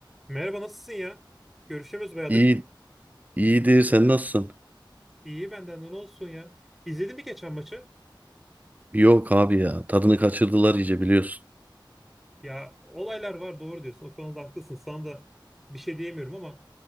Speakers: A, in the centre; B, on the right.
A: Merhaba nasılsın ya? Görüşemiyoruz bayağıdır.
B: İyi, iyiydi. Sen nasılsın?
A: İyi benden de ne olsun ya? İzledin mi geçen maçı?
B: Yok abi ya. Tadını kaçırdılar iyice biliyorsun.
A: Ya olaylar var doğru diyorsun. O konuda haklısın. Sana da bir şey diyemiyorum ama